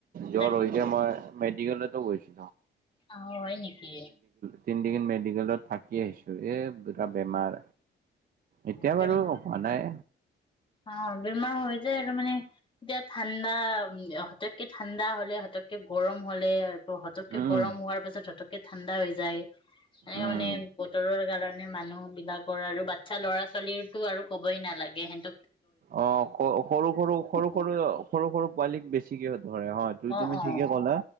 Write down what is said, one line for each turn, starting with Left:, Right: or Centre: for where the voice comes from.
Right: জ্বৰ
Left: তাকেতো
Right: হৈ যে মই মেডিকেলটো গৈছিলোঁ
Left: অ হয় নেকি
Right: তিনিদিন মেডিকেলত থাকি আহিছোঁ এ এটা বেমাৰ এতিয়া
Left: বেমাৰ
Right: বাৰু হোৱা নাই
Left: অ বেমাৰ হৈ যায় আৰু মানে এতিয়া ঠাণ্ডা হতকে ঠাণ্ডা হ'লে হতকে গৰম হ'লে ত হতকে
Right: উম
Left: গৰম হোৱাৰ পাছত হতকে কে ঠাণ্ডা হৈ যায় এনেকে
Right: উম
Left: মানে বতৰৰ কাৰণে মানুহ বিলাক কৰ আৰু বাচ্ছা ল'ৰা ছোৱালীৰটো আৰু ক'বই নালাগে সেনট
Right: অ সৰু সৰু সৰু সৰু
Left: অ
Right: সৰু সৰু পোৱালিক বেছিকে ধৰে হয়
Left: অ',
Right: তুমি
Left: অ',
Right: ঠিকে ক'লা